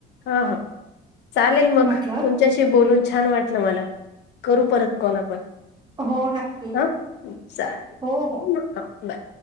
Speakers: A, on the left (about 60°); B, on the right (about 20°).
A: हा-हा चालेल मग
B: म्हटलं
A: तुमच्याशी बोलून छान वाटलं मला. करू परत कॉल आपण.
B: हो नक्की
A: आं चालेल
B: हो हो
A: <unintelligible> बाय.